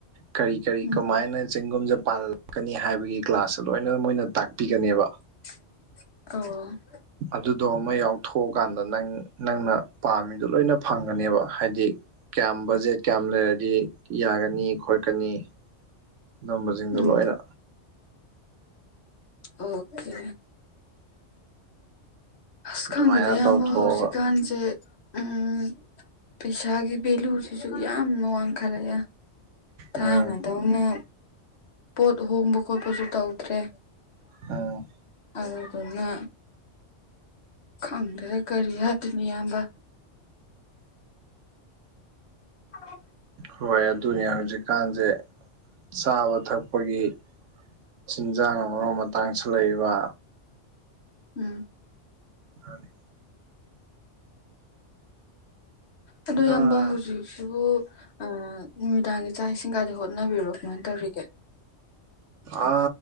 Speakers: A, on the right; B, on the left.
A: ꯀꯔꯤ ꯀꯔꯤ
B: ꯎꯝ
A: ꯀꯃꯥꯏꯅ ꯆꯦꯡꯒꯨꯝꯁꯦ ꯄꯥꯜꯂꯂꯛꯀꯅꯤ ꯍꯥꯏꯕꯒꯤ ꯀ꯭ꯂꯥꯁ ꯂꯣꯏꯅ ꯃꯣꯏꯅ ꯇꯥꯛꯄꯤꯒꯅꯦꯕ
B: ꯑꯣ
A: ꯑꯗꯨꯗꯣ ꯑꯃ ꯌꯥꯎꯊꯣꯛꯑꯀꯥꯟꯗ ꯅꯪ ꯅꯪꯅ ꯄꯥꯝꯃꯤꯗꯣ ꯂꯣꯏꯅ ꯐꯪꯒꯅꯦꯕ ꯍꯥꯏꯗꯤ ꯀꯌꯥꯝ ꯕꯖꯦꯠ ꯀꯌꯥꯝ ꯂꯩꯔꯗꯤ ꯌꯥꯒꯅꯤ ꯈꯣꯏ ꯆꯥꯛ <unintelligible> ꯀꯅꯤ ꯑꯗꯨꯝꯕꯁꯤꯡꯗꯣ
B: ꯎꯝ
A: ꯂꯣꯏꯅ
B: ꯑꯣꯀꯦ ꯑꯁ
A: ꯑꯗꯨꯃꯥꯏꯅ
B: ꯈꯪꯗꯦꯗ ꯏꯌꯥꯝꯕ
A: ꯇꯧꯊꯣꯛꯑꯒ
B: ꯍꯧꯖꯤꯛꯀꯥꯟꯁꯦ ꯎꯝ ꯄꯩꯁꯥꯒꯤ ꯚꯦꯂꯨꯁꯤꯁꯨ ꯌꯥꯝꯅ ꯋꯥꯡꯈꯠꯂꯛꯑꯦ ꯊꯥꯏꯅꯗꯧꯅ
A: ꯎꯝ
B: ꯄꯣꯠ ꯍꯣꯡꯕ ꯈꯣꯠꯄꯁꯨ ꯇꯧꯗ꯭ꯔꯦ
A: ꯑꯝ
B: ꯑꯗꯨꯗꯨꯅ ꯈꯪꯗꯔ꯭ꯦꯗꯥ <unintelligible> ꯀꯔꯤ ꯍꯥꯗꯣꯏꯅꯣ ꯏꯌꯥꯝꯕ ꯍ <inaudible>
A: ꯍꯣꯏ ꯑꯗꯨꯅꯦ ꯍꯧꯖꯤꯛꯀꯥꯟꯁꯦ ꯆꯥꯕ ꯊꯛꯄꯒꯤ ꯆꯤꯟꯖꯥꯛꯅ ꯃꯔꯣꯜ ꯑꯃ ꯇꯥꯡꯁꯤꯜꯂꯛꯏꯕ
B: ꯎꯝ
A: ꯍꯅꯤ <unintelligible>
B: ꯑꯗꯣ ꯏꯌꯥꯝꯕ
A: ꯑꯥ
B: ꯍꯧꯖꯤꯛꯁꯤꯕꯨ ꯑ ꯅꯨꯃꯤꯗꯥꯡꯒꯤ ꯆꯥꯛ ꯏꯁꯤꯡꯒꯗꯤ ꯍꯣꯠꯅꯕꯤꯔꯕ ꯀꯃꯥꯏꯅ ꯇꯧꯔꯤꯒꯦ
A: ꯑ